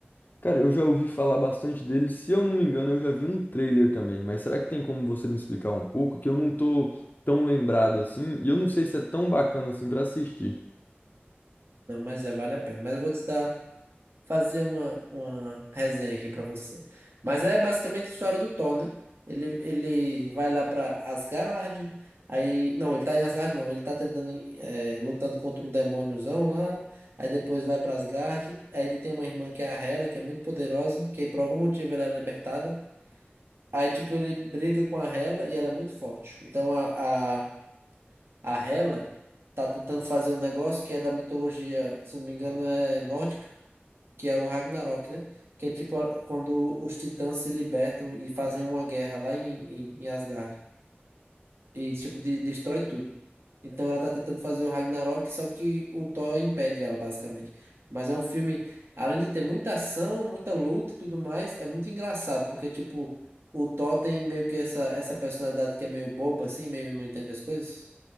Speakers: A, on the left (about 45°); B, on the right (about 70°).
A: Cara, eu já ouvi falar bastante dele. Se eu não me engano, eu já vi um trailer também. Mas será que tem como você me explicar um pouco? Que eu não tô tão lembrado assim. E eu não sei se é tão bacana assim pra assistir.
B: Não, mas é, vale a pena. Mas eu vou te dar fazer uma, uma resenha aqui pra você. Mas é basicamente a história do Thor, né? Ele, ele vai lá pra Asgard, aí... Não, ele tá em Asgard, não. Ele tá tentando, eh, lutando contra um demôniozão lá, aí depois vai pra Asgard, aí ele tem uma irmã que é a Hela, que é muito poderosa, que por algum motivo ela é libertada. Aí, tipo, ele briga com a Hela e ela é muito forte. Então, a, a, a Hela tá tentando fazer um negócio que é da mitologia, se não me engano, é nórdica que é o Ragnarok, né? Que é tipo a- quando os titãs se libertam e fazem uma guerra lá em, em, em Asgard. E tipo, de- destrói tudo. Então ela tá tentando fazer o Ragnarok, só que o Thor impede ela, basicamente. Mas é um filme, além de ter muita ação, muita luta e tudo mais, é muito engraçado, porque tipo, o Thor tem meio que essa, essa personalidade que é meio boba, assim, meio não entende as coisas,